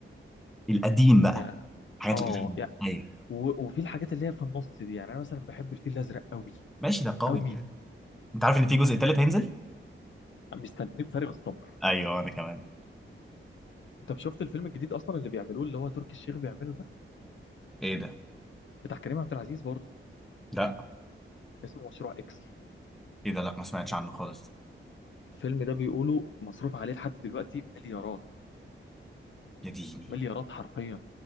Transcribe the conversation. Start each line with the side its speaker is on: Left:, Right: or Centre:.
Centre: القديم بقى
Left: يعني
Centre: الحاجات
Left: اه
Centre: القديمة
Left: يعني
Centre: ايوه
Left: و- وفي الحاجات اللي هي في النص دي يعني انا مثلا بحب الفيل الازرق قوي
Centre: ماشي ده قوي
Left: قوي
Centre: انت عارف ان في جزء تالت هينزل
Left: مستنيه بفارغ الصبر
Centre: ايوه انا كمان
Left: انت شفت الفيلم الجديد اصلا اللي بيعملوه اللي هو تركي الشيخ بيعمله ده
Centre: ايه ده
Left: بتاع كريم عبد العزيز برضه
Centre: لا
Left: اسمه مشروع اكس
Centre: ايه ده لا ما سمعتش عنه خالص
Left: الفيلم ده بيقولوا مصروف عليه لحد دلوقتي مليارات
Centre: يا ديني
Left: مليارات حرفيا